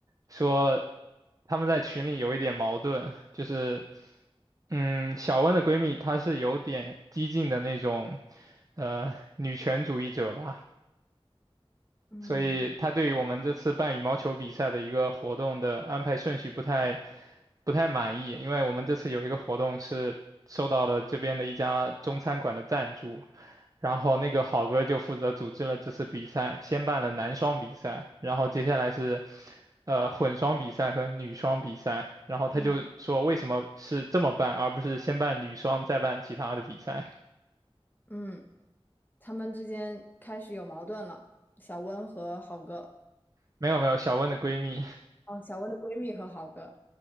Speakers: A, on the right (about 35°); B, on the left (about 20°).
A: 说他们在群里有一点矛盾，就是嗯，小温的闺蜜她是有点激进的那种呃女权主义者吧。
B: 嗯
A: 所以他对于我们这次办羽毛球比赛的一个活动的安排顺序不太不太满意，因为我们这次有一个活动是受到了这边的一家中餐馆的赞助，然后那个好哥就负责组织了这次比赛，先办了男双比赛，然后接下来是呃混双比赛和女双比赛，然后他就说为什么是这么办，
B: 嗯
A: 而不是先办女双再办其他的比赛？
B: 嗯。他们之间开始有矛盾了。小温和好哥，
A: 没有没有，小温的闺蜜。
B: 哦，小温的闺蜜和好哥，